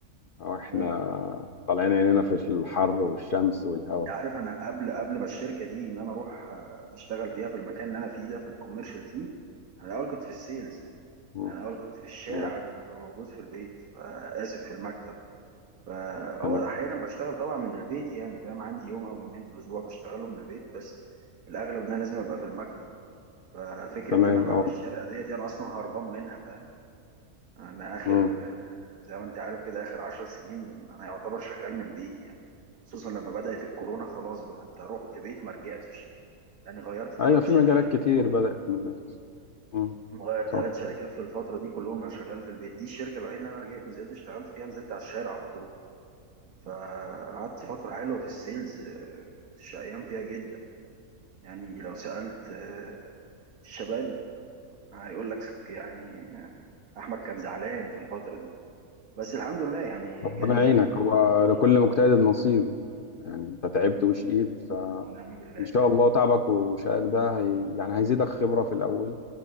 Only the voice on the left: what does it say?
أو إحنا
طالعين عينينا في الحر والشمس والهواء
مم.
تمام
تمام
تمام
أه
مم.
أيوة في
مجالات كتير
بدأت
من دلوقتي. مم.
صح
ربنا
يعينك
هو
لكل مجتهد نصيب يعني أنت تعبت وشقيت فإن
شاء الله تعبك وشقاك ده هي... يعني هيزيدك خبرة في الأول